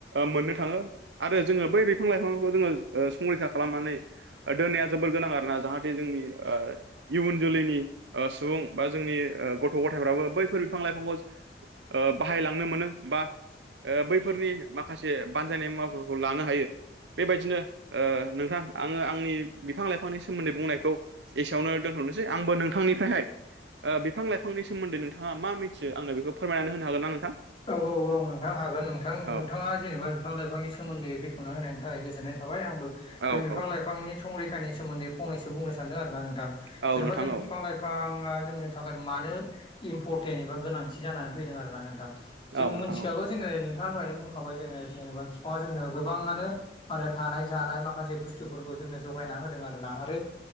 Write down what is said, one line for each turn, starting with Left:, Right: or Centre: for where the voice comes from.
Right: मोननो थाङो आरो जोङो बै बिफां लाइफांखौ जोङो। संरैखा खालामनानै दोननाया जोबोर गोनां आरोना जाहाथे जोंनि। इयुन जोलैनि सुबुं बा जोंनि गथ' गथायफ्राबो बैफोर बिफां-लाइफांखौ बाहायलांनो मोनो बा बैफोरनि माखासे बानजायनाय मुाफोरखौ लानो हायो बेबायदिनो नोंथां आङो आंनि बिफां लाइफांनि सोमोन्दै बुंनायखौ एसेयावनो दोनथ'नोसै आंबो नोंथांनिफ्रायहाय बिफां लाइफांनि सोमोन्दै नोंथाङा मा मा मिथियो आं बेखौ फोरमायनानै होनो होन ना नोंथां
Left: औ औ नोंथां हागोन नोंथां
Right: औ
Left: नोंथाङा जेनेबा बिफां लाइफांनि सोमोन्दै बेखेवना होनायनि थाखाय गोजोननाय थाबाय आंबो बे
Right: औ
Left: बिफां
Right: औ
Left: लाइफांनि संरैखानि सोमोन्दै फंनैसो बुंनो सानदों आरोना नोंथां
Right: औ
Left: जेनेबा
Right: नोंथां
Left: जों
Right: औ
Left: बिफां लाइफां बिफाङा जोंनि थाखाय मानो इम्परटेन्ट एबा गोनांथि जानानै फैदों आरोना नोंथां जों
Right: औ नोंथां
Left: मिथिखागौ
Right: औ
Left: जोङो नोंथाङा दहायनो बुंखाबाय जोङो जेनेबा बिफाङा जोंनो गोबाङानो आरो थानाय जानाय माखासे बुस्थुफोरखौ जोंनो जगायना होदों आरोना आरो